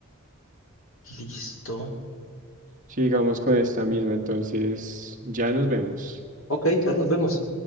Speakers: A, on the left; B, on the right.
A: listo.
B: Sigamos con esta misma, entonces ya nos vemos.
A: Ok, ya nos vemos.